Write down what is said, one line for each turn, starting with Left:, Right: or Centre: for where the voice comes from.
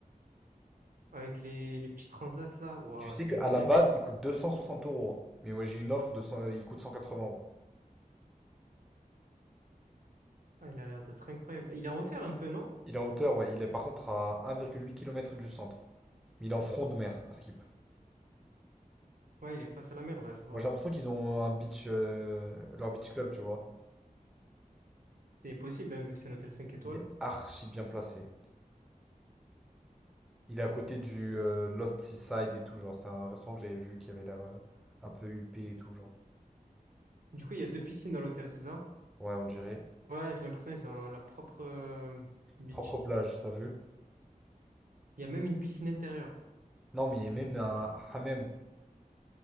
Right: Avec les, les petits transats là, ouah,
Centre: Tu sais
Right: c'est
Centre: qu'à
Right: une dinguerie.
Centre: la base, il coûte deux cent soixante euros. hein. Mais ouais, j'ai une offre de 100 euh, il coûte 180 euros.
Right: Ah, il a l'air d'être incroyable. Il est en hauteur un peu, non?
Centre: Il est en hauteur, ouais. Il est par contre à un virgule huit km du centre. Mais il est en front de mer, à Skip.
Right: Ouais, il est face à la mer là, je vois.
Centre: Moi, j'ai l'impression qu'ils ont un beach, euh, leur beach club, tu vois.
Right: C'est possible, hein, vu que c'est un hôtel 5 étoiles.
Centre: Il est archi bien placé. Il est à côté du euh, Lost Seaside et tout, genre. C'était un restaurant que j'avais vu qui avait l'air euh, un peu huppé et tout, genre.
Right: Du coup, il y a deux piscines dans l'hôtel, César.
Centre: Ouais, on dirait.
Right: Ouais, j'ai l'impression qu'ils ont leur propre euh, beach.
Centre: Propre plage, t'as vu?
Right: Il y a même une piscine intérieure.
Centre: Non, mais il y a même un hammam.